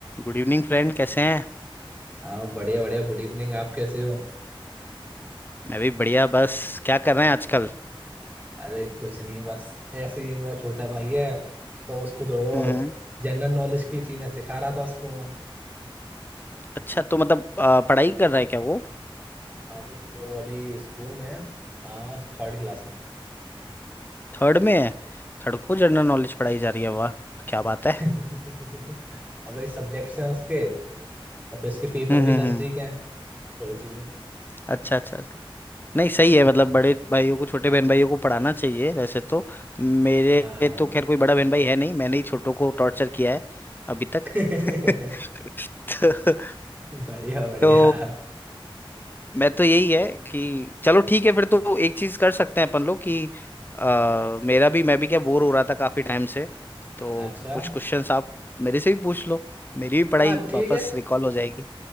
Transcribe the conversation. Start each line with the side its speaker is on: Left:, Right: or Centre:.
Left: गुड इवनिंग फ्रेंड कैसे हैं
Right: हाँ बढ़िया बढ़िया गुड इवनिंग आप कैसे हो
Left: मैं भी बढ़िया बस क्या कर रहे हैं आजकल
Right: अरे कुछ नहीं बस ऐसे ही मेरा छोटा भाई है तो उसको थोड़ा बहुत
Left: हम्म
Right: जनरल नॉलेज की चीजें सिखा रहा था उसको मैं
Left: अच्छा तो मतलब अ, पढ़ाई कर रहा है क्या वो
Right: हाँ वो जो अभी स्कूल में है हाँ थर्ड क्लास में
Left: थर्ड में है थर्ड को जनरल नॉलेज पढ़ाई जा रही है वाह क्या बात
Right: <laughs>
Left: है
Right: अब ये सब्जेक्ट्स हैं उसके और फिर उसके पेपर
Left: हम्म
Right: भी
Left: हम्म
Right: नजदीक
Left: हम्म
Right: हैं तो इसलिए
Left: अच्छा अच्छा अच्छा। नहीं सही है मतलब बड़े भाइयों को छोटे बहन भाइयों को पढ़ाना चाहिए वैसे तो मेरे
Right: हाँ हाँ
Left: तो खैर कोई बड़ा बहन भाई है नहीं मैंने ही छोटों को टॉर्चर किया है अभी तक
Right: <laughs>
Left: <laughs> तो,
Right: बढ़िया बढ़िया
Left: तो मैं तो यही है कि चलो ठीक है फिर तो एक चीज कर सकते हैं अपन लोग कि आ, मेरा भी मैं भी क्या बोर हो रहा था काफी टाइम से तो
Right: अच्छा
Left: कुछ क्वेश्चंस आप मेरे से भी पूछ लो मेरी भी पढ़ाई
Right: हाँ ठीक
Left: वापस
Right: है
Left: रिकॉल हो जाएगी